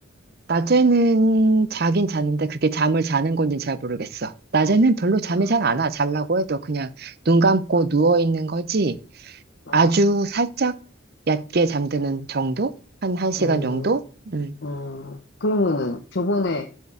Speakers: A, on the right; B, on the left.
A: 낮에는 자긴 자는데 그게 잠을 자는 건지 잘 모르겠어. 낮에는 별로 잠이
B: 음,
A: 잘 안 와. 자려고 해도 그냥 눈 감고 누워 있는 거지.
B: 음,
A: 아주 살짝 얕게 잠드는 정도? 한, 한 시간
B: 음,
A: 정도? 음.
B: 음. 그러면은 저번에